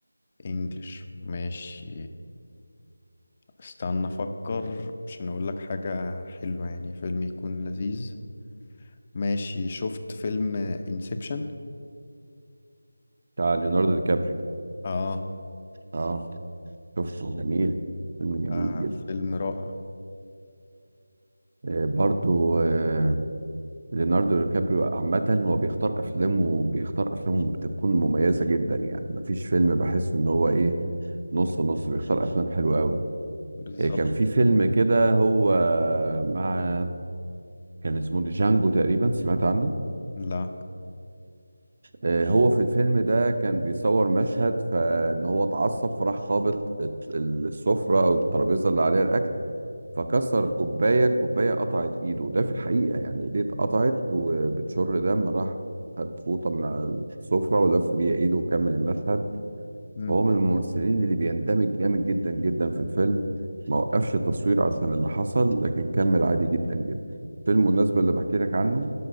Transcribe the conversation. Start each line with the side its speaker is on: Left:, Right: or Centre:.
Left: انجليش ماشي استنى افكر عشان اقول لك حاجة حلوة يعني فيلم يكون لذيذ ماشي شفت فيلم انسبشن
Right: بتاع ليوناردو دي كابريو
Left: اه
Right: اه شفته جميل فيلم جميل
Left: آه،
Right: جدا
Left: فيلم رائع
Right: آه برضو آه ليوناردو ديكابريو عامة هو بيختار أفلامه بيختار أفلامه بتكون مميزة جدا يعني مفيش فيلم بحس إن هو إيه نص نص بيختار أفلام حلوة أوي
Left: بالظبط
Right: آه كان في فيلم كده هو مع كان اسمه جانجو تقريبا سمعت عنه
Left: لا
Right: آه هو في الفيلم ده كان بيصور مشهد فإن هو اتعصب فراح خابط الت- السفرة أو الترابيزة اللي عليها الأكل فكسر كوباية كوباية قطعت ايده ده في الحقيقة يعني ايديه اتقطعت وبتشر دم راح خد فوطة من على السفرة ولف بيها ايده وكمل المشهد
Left: مم.
Right: هو من الممثلين اللي بيندمج جامد جدا جدا في الفيلم ما وقفش التصوير عشان اللي حصل لكن كمل عادي جدا جدا فيلم المناسبة اللي بحكي لك عنه